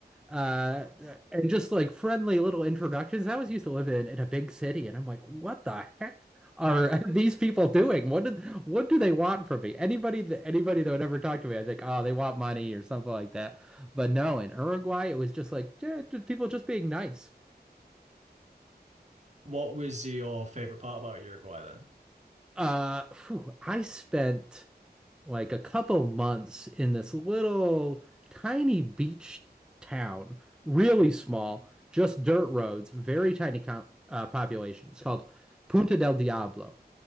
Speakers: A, in the centre; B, on the right (about 45°).
A: uh and just like friendly little introductions i always used to live in in a big city and i'm like what the heck are <laughs> these people doing what did what do they want from me anybody that anybody that would ever talk to me i think oh they want money or something like that but no in uruguay it was just like yeah, people just being nice
B: What was your favorite part about Uruguay then?
A: uh phew, i spent like a couple months in this little tiny beach town, really small, just dirt roads, very tiny co uh, population. It's called Punta del Diablo.